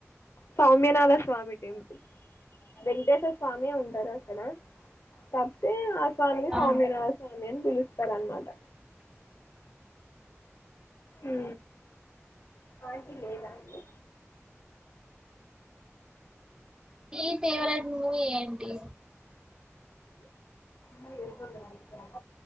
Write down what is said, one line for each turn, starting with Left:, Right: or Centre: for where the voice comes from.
Left: సౌమ్యనాల స్వామి టెంపుల్ వెంకటేశ స్వామి ఉంటారు అక్కడ తప్పతే ఆ స్వామి
Right: ఆ
Left: స్వామ్య నాథ స్వామి అని పిలుస్తారు అనమాట ఉ ఆంటీ లేదా అండి
Right: నీ ఫేవరెట్ ను ఏం టి
Left: ఇ పెరుగుంట నక